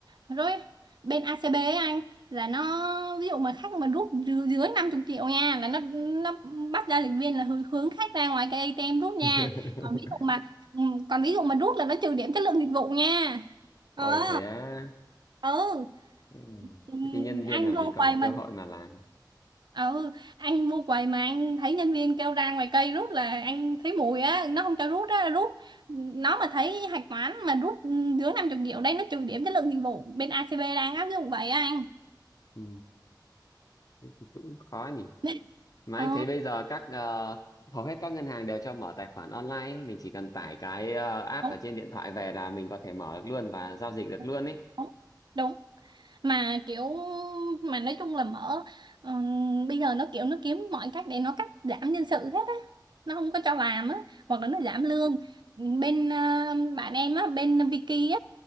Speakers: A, on the right (about 70°); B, on the left (about 50°).
A: rồi bên ACB ấy anh là nó ví dụ mà khách mà rút dư- dưới 50 triệu nha là nó nó bắt ra lịch viên là hư- hướng khách ra ngoài cái ATM rút nha
B: <laughs>
A: còn ví dụ mà ừ, còn ví dụ mà rút là nó trừ điểm chất lượng dịch vụ nha ờ
B: Ôi thế á.
A: ừ
B: Ừ.
A: Ừ,
B: Thế thì nhân viên
A: anh
B: làm
A: vô
B: gì còn
A: quầy mà
B: cơ hội mà làm.
A: ờ, ừ anh vô quầy mà anh thấy nhân viên kêu ra ngoài cây rút là anh thấy mùi á nó không cho rút á rút ừ, nó mà thấy hạch toán mà rút ừ, dưới năm chục triệu đây nó trừ điểm chất lượng dịch vụ bên ACB đang áp dụng vậy á anh
B: Ừ. Thế thì cũng khó nhỉ.
A: <laughs>
B: Mà
A: ờ
B: anh thấy bây giờ các ờ, hầu hết các ngân hàng đều cho mở tài khoản online ấy. Mình chỉ cần tải cái ờ, app
A: đúng
B: ở trên điện thoại về là mình có thể mở được luôn và giao dịch được
A: đúng
B: luôn ấy.
A: đúng đúng. mà kiểu mà nói chung là mở ừm, bây giờ nó kiểu nó kiếm mọi cách để nó cắt giảm nhân sự hết á nó không có cho làm á hoặc là nó giảm lương bên ờ, bạn em á bên Vicky